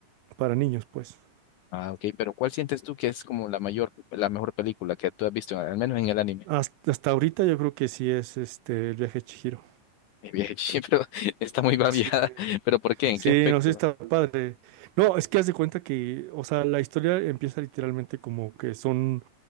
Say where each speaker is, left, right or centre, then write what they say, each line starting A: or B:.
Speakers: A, on the right; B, on the left.
A: para niños, pues.
B: Ah, ok, pero ¿cuál sientes tú que es como la mayor, la mejor película que tú has visto, al menos en el anime?
A: Hasta, hasta ahorita yo creo que sí es este El viaje de Chihiro.
B: Eh, bien, <laughs> sí, Pero está muy babiada,
A: Sí.
B: <laughs> pero ¿por qué? ¿En
A: Sí,
B: qué aspecto?
A: no sé, está padre. No, es que haz de cuenta que, o sea, la historia empieza literalmente como que son